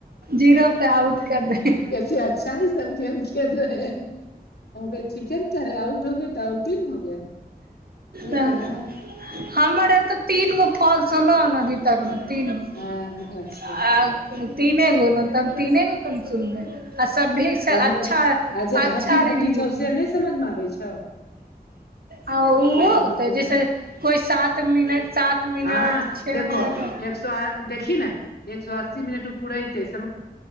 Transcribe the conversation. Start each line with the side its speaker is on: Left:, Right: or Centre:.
Right: जीरो <unintelligible> एकरा आउट कर दही।
Left: प अच्चा! अच्छाी समझब की। ठीके ने करे, आउट हो गे तऽ आउट इन हो गे। अत
Right: तऽ
Left: ह।
Right: हमर आर तऽ, तीन गो फॉल्स होल ने बीत तीन गो।
Left: हँ हँ अच्छा
Right: तीने गो ने तऽ, तीने गो क सुनले, आ सभीसँ
Left: तीनो
Right: अच्छा!
Left: आ जे
Right: अच्छा
Left: घटी-
Right: रिव्यू
Left: घटी छौ,
Right: मिलतै
Left: से नहि समझमे आबै छौ।
Right: आ ओहो
Left: तीनू
Right: होतै,
Left: दिन देखो
Right: जैसे कोइ सात मिनट, सात मिनट।
Left: हँ
Right: के
Left: देखो
Right: म त
Left: एक सौ देखी ने एक सौ अस्सी मिनट उ पुरेते